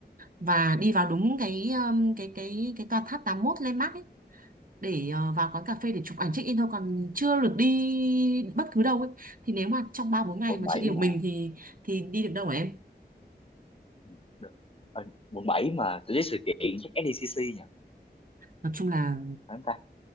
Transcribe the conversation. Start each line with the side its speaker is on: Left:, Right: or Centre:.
Right: và đi vào đúng cái um, cái cái cái tòa tháp 81 landmark ấy để ờ, vào quán cà phê để chụp ảnh check in thôi còn chưa được đi bất cứ đâu ấy thì nếu mà trong 3 4 ngày
Left: quận
Right: mà
Left: 7
Right: chị đi một
Left: mà
Right: mình thì thì đi được đâu hả em
Left: ừ, được Ờ, quận 7 mà tổ chức sự kiện chắc SDCC nhỉ
Right: nói chung là
Left: phải không ta